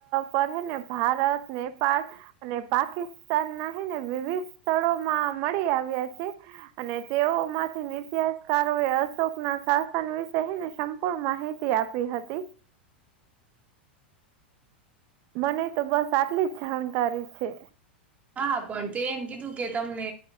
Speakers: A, on the right; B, on the right.
A: પે ને ભારત નેપળ. અને પાકિસ્તાન ના હને વિવિધ સ્થળોમાં મળી આવ્યા છે. અને તેઓ માંથી તિહાસકારો એ અશોકના શાસન વિશે હને પણ માહિતી આપી હતી. મને તો બસ આટલી જ જાણકારી છે.
B: હા પણ તે એમ કીધું કે તમને